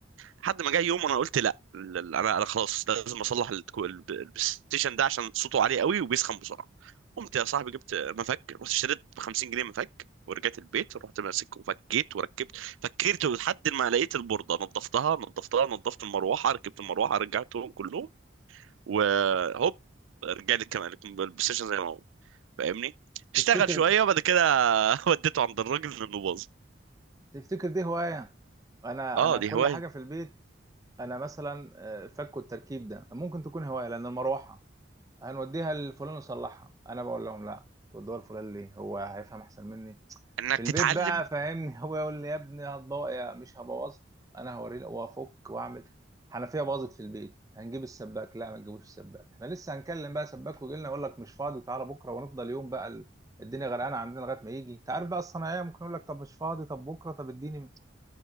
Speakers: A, on the right (about 85°); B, on the right (about 20°).
A: لحد ما جه يوم انا قلت لا ال- ال- انا انا خلاص لازم اصلح الكو- الب- البلاي ستيشن ده عشان صوته عالي قوي وبيسخن بسرعه قمت يا صاحبي جبت مفك رحت اشتريت ب 50 جنيه مفك ورجعت البيت رحت ماسك وفكيت وركبت فكرت لحد ما لقيت البورده نظفتها نظفتها نظفت المروحه ركبت المروحه رجعتهم كلهم وهوب رجع لي كمان البلاي ستيشن زي ما هو فاهمني
B: تفتكر
A: اشتغل شويه وبعد كده <laughs> وديته عند الراجل لانه باظ
B: تفتكر دي هواية يعني؟ انا
A: اه
B: انا
A: دي
B: كل
A: هوايه
B: حاجة في البيت انا مثلا آه، فك التركيب ده ممكن تكون هواية لان المروحة هنوديها لفلان يصلحها انا بقول لهم لا تودوها لفلان ليه هو هيفهم احسن مني
A: انك
B: في البيت
A: تتعلم
B: بقى فاهمني <laughs> هو يقول لي يا ابني هتبوظ يا مش هبوظها انا هوريه وافك واعمل حنفية باظت في البيت هنجيب السباك لا ما تجيبوش السباك احنا لسه هنكلم بقى سباك ويجي لنا يقول لك مش فاضي تعالى بكره ونفضل يوم بقى ال- الدنيا غرقانه عندنا لغايه ما يجي انت عارف بقى الصناعيه ممكن يقول لك طب مش فاضي طب بكره طب اديني